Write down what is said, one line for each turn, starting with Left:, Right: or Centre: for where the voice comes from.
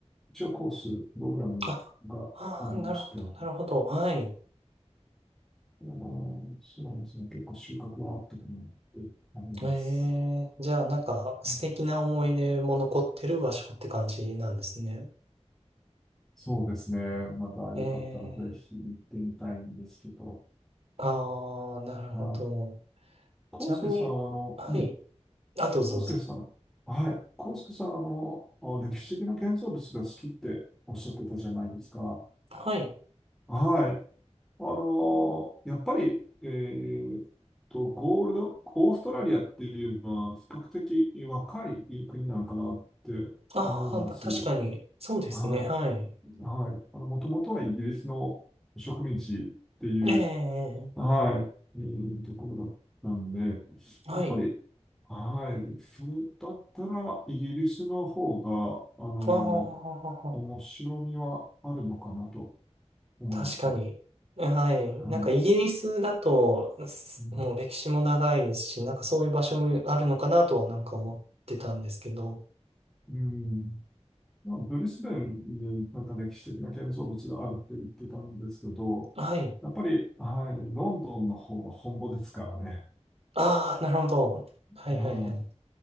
Centre: 一応コース、プログラムがありまして、
Right: あ、あー、なるほど、
Centre: はい、
Right: なるほど。はい。
Centre: あの、そうですね、結構収穫はあったかなって思います。
Right: ええじゃあなんか素敵な思い出も残ってる場所って感じなんですね。
Centre: うんそうですね。またよかったらぜひ行ってみたいんですけど。
Right: ええああー、なるほど。
Centre: はい。
Right: ちなみに、
Centre: 康介さん、あの、
Right: はい。
Centre: うん、
Right: あとどうぞ。
Centre: 康介さん、はい、康介さん、あの、あ歴史的な建造物が好きっておっしゃってたじゃないですか。
Right: はい。
Centre: はい。あのーやっぱり、えーっと、ゴールド、オーストラリアっていうのは比較的若い国なのかなって
Right: ああ、
Centre: 思うんです。
Right: まあ、確かに、そうですね。
Centre: は
Right: はい。
Centre: い。はい。あの、もともとはイギリスの植民地っていう
Right: ええ
Centre: はい、えーところだったんで、
Right: はい。
Centre: やっぱり、はい、それだったら、イギリスの方が、あの、
Right: ああ、
Centre: 面白みはあるのかなと思いました。
Right: 確かに。はい。
Centre: はい。
Right: なんかイギリスだと、すもう歴史も長いですし、
Centre: うん。
Right: なんかそういう場所もあるのかなとはなんか思ってたんですけど。
Centre: うんまあ、ブリスベンになんか歴史的な建造物があるって言ってたんですけど、
Right: はい。
Centre: やっぱり、はい、ロンドンの方が本場ですからね。
Right: ああ、なるほど。はいはいはい。
Centre: うん、